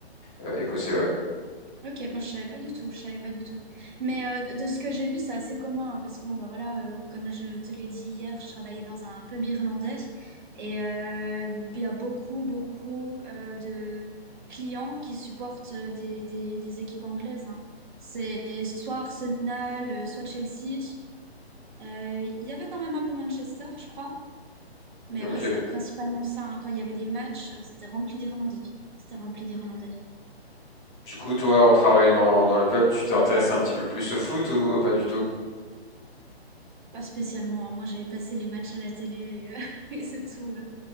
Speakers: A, in the centre; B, on the right.
A: euh, écossais. Ouais.
B: Ok, moi je savais pas du tout, je savais pas du tout. Mais euh, de ce que j'ai vu, c'est assez commun hein, parce que bon bah voilà, euh, comme je te l'ai dit hier, je travaillais dans un pub irlandais et euh, il y a beaucoup beaucoup euh, de clients qui supportent euh, des, des- des équipes anglaises. hein. C'est soit Arsenal, euh, soit Chelsea. Euh, Il y avait quand même un peu Manchester, je crois. Mais
A: Ok.
B: ouais, c'était principalement ça. hein. Quand il y avait des matchs, euh, c'était rempli d'Irlandais. C'était rempli d'Irlandais.
A: Du coup, toi, en travaillant dans, dans le pub, tu t'es intéressé un petit peu plus au foot ou pas du tout?
B: Pas spécialement. hein. Moi, j'ai passé les matchs à la télé et, euh, <laughs> et c'est tout. euh.